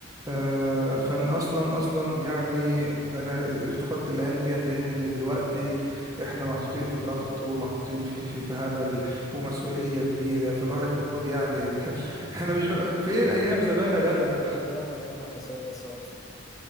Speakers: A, on the right (about 20°); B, on the left (about 20°).
A: آه، فانا اصلا اصلا يعني انا افتقدت الايام ديت لان دلوقتي احنا محطوطين في ضغط ومحطوطين في في, في هبل ومسؤوليه كبيره فالواحد المفروض يعني <laughs> انا مش بقى فين ايام زمان يا جدع
B: هو يوم من ايامك يا سيد السوق